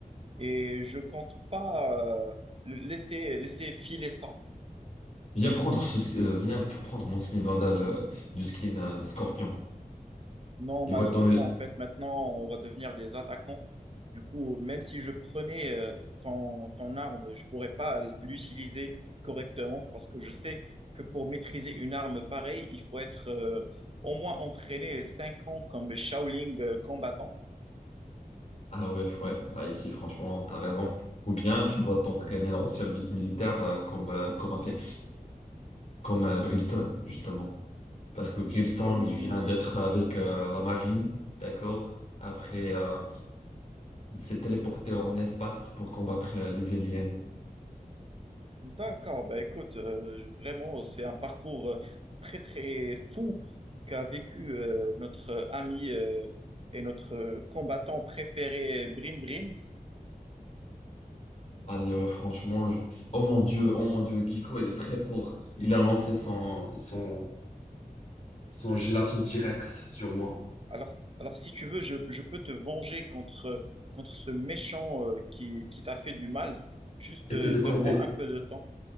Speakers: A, on the right; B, on the left.
A: et je compte pas euh, le- laisser, laisser filer ça.
B: Viens prendre ce, ski- euh, viens prendre mon skin Vandal euh, du skin euh, Scorpion.
A: Non,
B: Il
A: malheureusement,
B: va te donner.
A: en fait, maintenant, on va devenir des attaquants. Du coup, même si je prenais euh, ton, ton arme, je pourrais pas l'utiliser correctement parce que je sais que pour maîtriser une arme pareille, il faut être euh, au moins entraîné 5 ans comme Shaolin euh, combattant.
B: Ah ouais, ouais. Ah, ici, franchement, t'as raison. Ou bien tu dois t'entraîner en service militaire euh, comme, euh, comme a fait comme euh, Brimstone, justement. Parce que Grimstone,
A: Ah oui,
B: il vient d'être avec euh, la marine, d'accord? Après, euh, il s'est téléporté en espace pour combattre euh, les aliens.
A: D'accord, bah écoute, euh, je- vraiment, c'est un parcours euh, très très fou qu'a vécu euh, notre euh, ami euh, et notre euh, combattant préféré, Brim Brim.
B: Allez, euh, franchement, je- oh mon Dieu, oh mon Dieu, Giko, il est très fort. Il a lancé son, son, son gélatine T-Rex sur moi.
A: Alors, alors si tu veux, je, je peux te venger contre, euh, contre ce méchant euh, qui, qui t'a fait du mal. Juste
B: Essaye
A: euh,
B: de
A: donne-moi
B: camper.
A: un peu de temps.